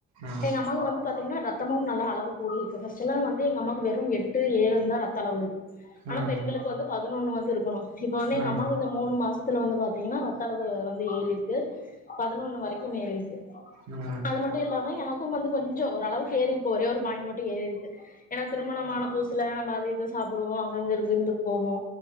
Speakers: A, on the right; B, on the left.
A: ம்
B: எங்க அம்மாவு வந்து பாத்தீங்கன்னா ரத்தமும் நல்லா அளவு கூடி இருக்கு ஃபஸ்டெல்லா வந்து எங்க அம்மாக்கு வெறும் எட்டு ஏழுந்தா ரத் த்தளவு இருக்கு ஆனா
A: ம் ம்
B: பெண்களுக்கு வந்து பதினொன்னு வந்து இருக்கணு இப்ப வந்து எங்க
A: ம் ம் ம் ம்
B: அம்மாவு இந்த மூணு மாசத்துல வந்து பாத்தீங்கன்னா ரத்த அளவு வந்து ஏறிருக்கு பதினொன்னு வரைக்கும் ஏறிருக்கு
A: ம் ம் ம்
B: அது மட்டு இல்லாம எனக்கும் வந்து கொஞ்சோ ஓரளவுக்கு ஏறிருக்கு ஒரே ஒரு பாயிண்ட் மட்டு ஏறி இருக்கு ஏனா திருமணமான புதுசுல நம்ம அது இதுஸ் சாப்புடுவோ அங்கங்க இரு விருந்துக் போவோ